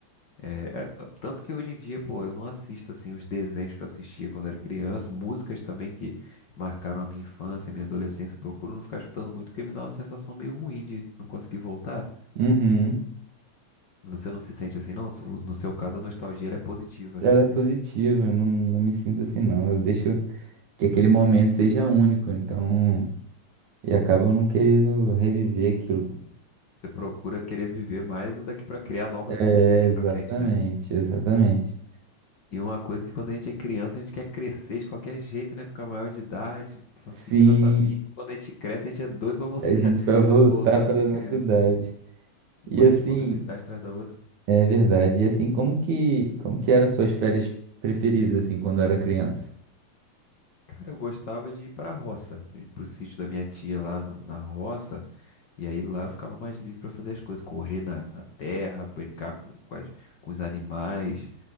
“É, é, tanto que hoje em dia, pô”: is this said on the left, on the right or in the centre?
Left